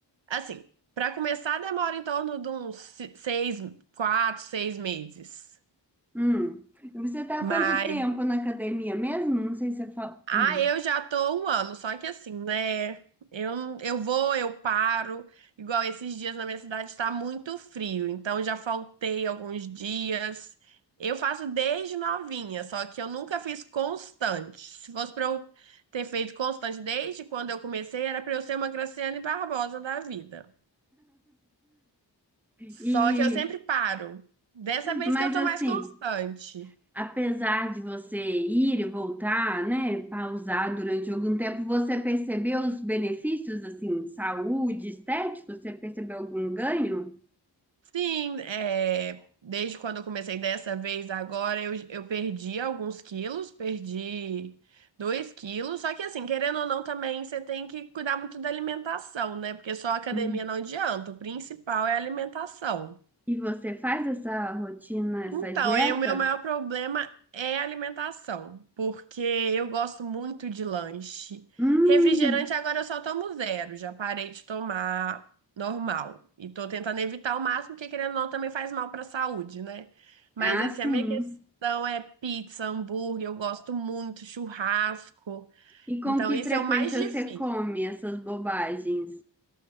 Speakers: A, on the right (about 80°); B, in the centre.
A: assim, para começar demora em torno de uns se- seis, quatro, seis meses.
B: Hum. E Você está
A: Mas
B: há quanto tempo na academia mesmo? Não sei se você fala.
A: Ah,
B: Hum.
A: eu já tô um ano, só que assim, né? Eu, eu vou, eu paro. Igual esses dias na minha cidade está muito frio, então já faltei alguns dias. Eu faço desde novinha, só que eu nunca fiz constante. Se fosse pra eu ter feito constante desde quando eu comecei, era pra eu ser uma Graciane Barbosa da vida.
B: E,
A: Só que eu sempre paro. Dessa vez
B: mas
A: que eu tô
B: assim,
A: mais constante.
B: apesar de você ir e voltar, né, pausar durante algum tempo, você percebeu os benefícios, assim, saúde, estético? Você percebeu algum ganho?
A: Sim, é, desde quando eu comecei dessa vez, agora eu, eu perdi alguns quilos, perdi dois quilos. Só que assim, querendo ou não, também você tem que cuidar muito da alimentação, né? Porque só a academia
B: Hum.
A: não adianta, o principal é a alimentação.
B: E você faz essa rotina, essa
A: Então,
B: dieta?
A: é, o meu maior problema é a alimentação, porque eu gosto muito de lanche.
B: Hum.
A: Refrigerante agora eu só tomo zero, já parei de tomar normal. E tô tentando evitar o máximo, porque querendo ou não também faz mal para a saúde, né? Mas
B: Ah,
A: assim,
B: sim.
A: a minha questão é pizza, hambúrguer, eu gosto muito, churrasco.
B: E com
A: Então,
B: que
A: isso
B: frequência
A: é o mais difícil.
B: você come essas bobagens?